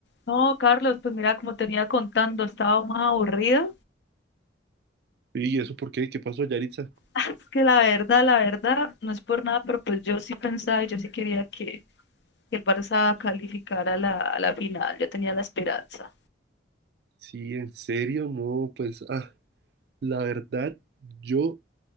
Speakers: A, on the left (about 65°); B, on the right (about 60°).
A: No, Carlos, pues mira, como tenía contando, estaba más aburrida.
B: ¿Y eso por qué? ¿Qué pasó, Yaritza?
A: <laughs> Es que la verdad, la verdad, no es por nada, pero pues yo sí pensaba y yo sí quería que, que el Barça calificara a la, a la final. Yo tenía la esperanza.
B: Sí, en serio, no, pues, ah, la verdad, yo